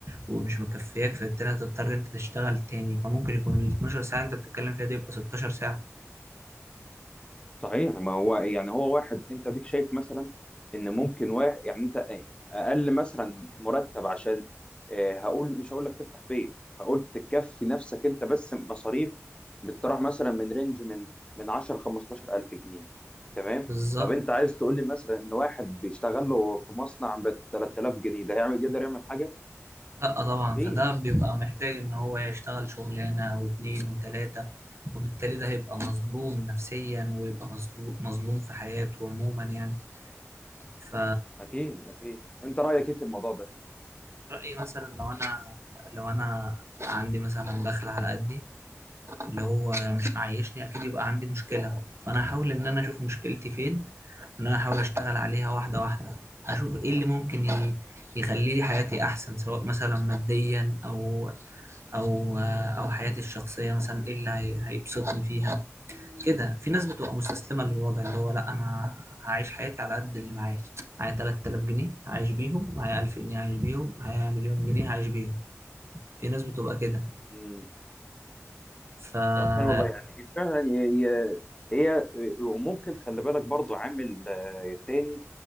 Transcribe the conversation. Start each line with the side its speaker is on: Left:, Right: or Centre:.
Right: ومش مكفياك فبالتالي هتضطر انت تشتغل تاني فممكن يكون ال 12 ساعه انت بتتكلم فيها دي يبقى 16 ساعه
Left: صحيح ما هو يعني هو واحد انت ديك شايف مثلا ان ممكن واحد يعني انت اقل مثلا مرتب عشان آه، هقول مش هقول لك تفتح بيت هقول تكفي نفسك انت بس مصاريف بتطرح مثلا من رينج من من 10 15 الف جنيه تمام
Right: بالظبط
Left: طب انت عايز تقول لي مثلا ان واحد بيشتغل له في مصنع ب 3000 جنيه ده هيعمل يقدر يعمل حاجه
Right: لا طبعا
Left: مفيش
Right: فده بيبقى محتاج ان هو يشتغل شغلانه واتنين وتلاته وبالتالي ده هيبقى مظلوم نفسيا ويبقى مظلوم مظلوم في حياته عموما يعني ف
Left: اكيد اكيد انت رايك ايه في الموضوع
Right: رأيي مثلا لو انا لو انا عندي مثلا دخل على قدي اللي هو مش معيشني اكيد يبقى عندي مشكله فانا هحاول ان انا اشوف مشكلتي فين ان انا احاول اشتغل عليها واحده واحده اشوف ايه اللي ممكن ي- يخلي لي حياتي احسن سواء مثلا ماديا او او او حياتي الشخصيه مثلا ايه اللي هي- هيبسطني فيها كده في ناس بتبقى مستسلمه للوضع اللي هو لا انا هعيش حياتي على قد اللي معايا معايا 3000 جنيه هعيش بيهم معايا 1000 جنيه هعيش بيهم معايا مليون جنيه هعيش بيهم في ناس بتبقى كده
Left: ده
Right: فا
Left: طب حلو والله يعني فعلا هي هي هي- وممكن خلي بالك برضو عامل آه، تاني